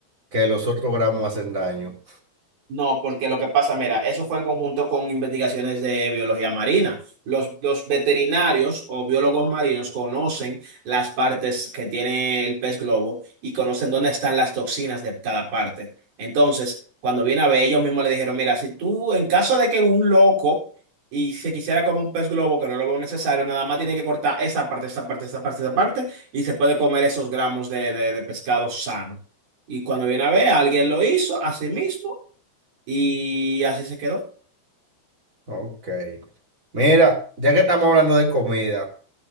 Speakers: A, on the right; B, on the right.
A: que los otros gramos hacen daño?
B: No, porque lo que pasa, mira, eso fue en conjunto con investigaciones de biología marina. Los, los veterinarios o biólogos marinos conocen las partes que tiene el pez globo y conocen dónde están las toxinas de cada parte. Entonces, cuando viene a ver, ellos mismos le dijeron, mira, si tú, en caso de que un loco y se quisiera comer un pez globo que no lo veo necesario, nada más tiene que cortar esa parte, esa parte, esa parte, esa parte y se puede comer esos gramos de, de de pescado sano. Y cuando viene a ver, alguien lo hizo a sí mismo y así se quedó,
A: Ok. Mira, ya que estamos hablando de comida,